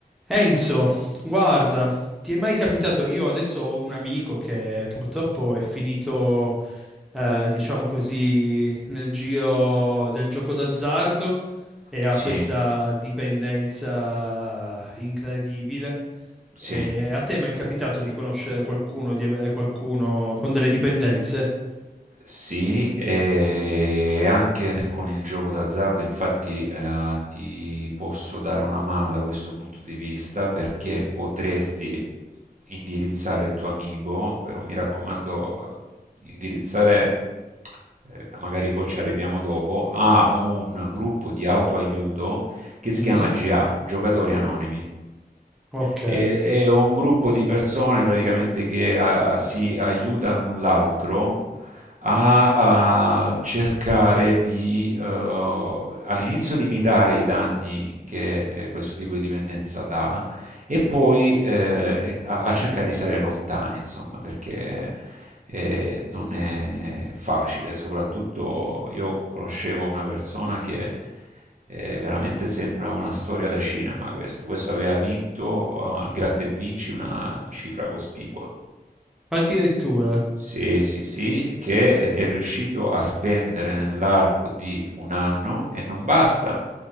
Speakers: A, in the centre; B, on the right.
A: Enzo, guarda, ti è mai capitato? Io adesso ho un amico che purtroppo è finito, eh, diciamo così, nel giro del gioco d'azzardo e ha
B: Sì,
A: questa dipendenza incredibile.
B: sì.
A: E a te è mai capitato di conoscere qualcuno, di avere qualcuno con delle dipendenze?
B: Sì, e anche con il gioco d'azzardo, infatti, eh, ti posso dare una mano da questo punto di vista perché potresti indirizzare il tuo amico, però mi raccomando, eh, indirizzare, eh, magari poi ci arriviamo dopo, a un gruppo di autoaiuto che si
A: Mm?
B: chiama GA, Giocatori Anonimi.
A: Ok,
B: E- È un gruppo di persone praticamente che eh, si aiutano l'un l'altro a, a cercare di eh, all'inizio limitare i danni che eh, questo tipo di dipendenza dà e poi eh, a, a cercare di stare lontani, insomma, perché eh, non è facile. Soprattutto io conoscevo una persona che eh, veramente sembra una storia da cinema questo. Questo aveva vinto eh, al Gratta e Vinci una cifra cospicua.
A: addirittura,
B: Sì, sì, sì, che è è riuscito a spendere nell'arco di un anno e non basta.